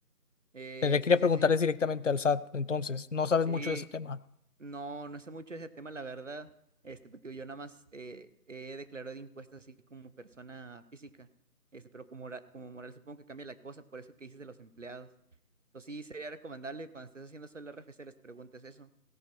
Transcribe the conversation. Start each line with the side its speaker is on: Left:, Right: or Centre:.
Right: Eh,
Left: Tendría que
Right: sí,
Left: ir a
Right: sí,
Left: preguntarles
Right: sí.
Left: directamente al SAT, entonces, no sabes
Right: Sí,
Left: mucho de ese tema.
Right: No, no sé mucho de ese tema, la verdad. Este, pero, tío, yo nada más eh, he declarado impuestos así como persona física. Este, pero como, mora- como moral supongo que cambia la cosa, por eso que dices de los empleados. Entonces sí sería recomendable cuando estés haciendo eso el RFC les preguntes eso.